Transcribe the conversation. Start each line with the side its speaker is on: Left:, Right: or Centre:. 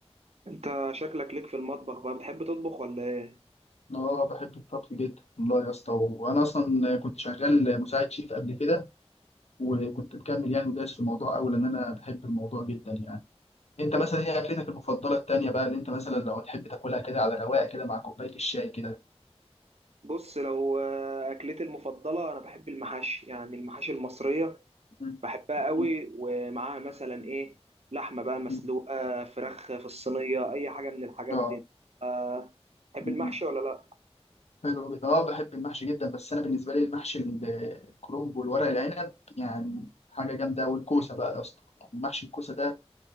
Right: انت شكلك ليك في المطبخ بقى بتحب تطبخ ولا ايه
Left: أنا اه بحب الطبخ جدا والله يا اسطى وانا اصلا كنت شغال مساعد شيف قبل كده وكنت مكمل يعني ودايس في الموضوع قوي لان انا بحب الموضوع جدا يعني انت
Right: كنت
Left: مثلا ايه اكلتك المفضله التانيه بقى اللي انت مثلا لو تحب تاكلها كده على رواقه كده مع كوبايه الشاي كده
Right: بص لو آه، اكلتي المفضله انا بحب المحاشي يعني المحاشي المصريه
Left: مم.
Right: بحبها قوي
Left: مم.
Right: ومعاها مثلا ايه لحمه بقى مسلوقه
Left: مم.
Right: فراخ في الصينيه اي حاجه من الحاجات
Left: اه
Right: دي آه، تحب
Left: مم.
Right: المحشي ولا لا
Left: حلو جدا اه بحب المحشي جدا بس انا بالنسبه لي المحشي ال- الكرنب والورق العنب يعني حاجه جامده والكوسه بقى يا اسطى محشي الكوسه ده